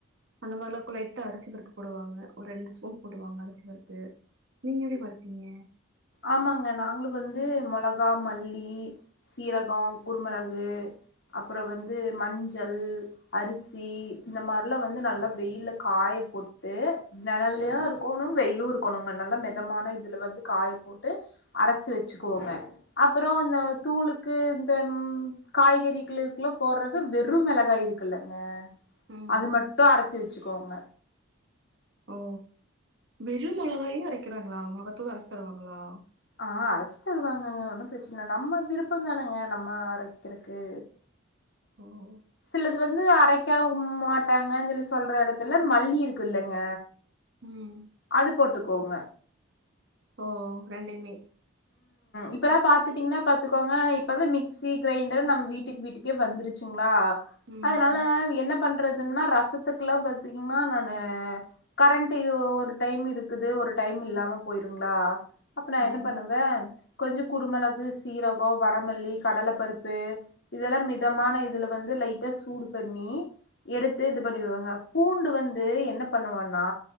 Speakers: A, on the right; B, on the left.
A: அந்த மாரிலா இருக்கு லைட்டா அரிசி வறுத்து போடுவாங்க ஒரு ரெண்டு ஸ்பூன் போடுவாங்க அரிசி வறுத்து நீங்க எப்டி பறுப்பீங்க
B: ஆமாங்க நாங்களு வந்து மொளகா மல்லி சீரகோ குருமெளகு அப்பற வந்து மஞ்சள் அரிசி இந்த மாரிலா வந்து நல்லா வெயில்ல காய போட் டு நெழல்லயு இருக்கணு வெயிலு இருக்கணுங்க நல்லா மெதமான இதுல வந்து காயப் போட்டு அரச்சு வச்சுக்குவோங்க அப்பறோ இந்த தூளுக்கு இந்த காய்கறிக்கிதுக்கெளுகல்லா போட்றது வெறு மெளகாய் இருக்குல்லங்க
A: ம்
B: அது மட்டு அரச்சு வச்சுக்கோங்க
A: ஓ வெரு மெளகாயு அரைக்கிறாங்களா மொளகாத்ததூள் அரச்சு தருவாங்களா
B: ஆ அரைச்சு தருவாங்கங்க ஒன்னு பிரச்சன இல்ல நம்ம விருப்பம் தானங்க நம்ம அரைக்கிறக்கு
A: ஓ ஓ
B: சிலது வந்து அரைக்கா மாட்டாங்க க சொல்லி சொல்ற எடத்துல மல்லி இருக்குல்லங்க
A: ம்
B: அது போட்டுக்கோங்க
A: ஓ ரெண்டையுமே
B: இப்பலா பாத்துட்டீங்ன்னா பாத்துக்கோங்க இப்ப தா மிக்சி கிரைண்டர் நம்ம வீட்டுக் வீட்டுக்கே வந்துருச்சுங்ளா
A: ம்
B: அதுனால என்ன பண்றதுன்னா ரசத்துக்குல்லா பாத்தீங்னா நானு கரண்ட்டு ஒரு டைம் இருக்குது ஒரு டைம் இல்லாம போயிருங்ளா அப்ப நா
A: ம்
B: என்ன பண்ணுவே கொஞ்சோ குருமெளகு சீரகோ வரமல்லி கடல பருப் பு இதல்லா மிதமான இதுல வந்து லைட்டா சூடு பண்ணி எடுத்து இது பண்ணிருவங்க பூண்டு வந்து என்ன பண்ணுவனா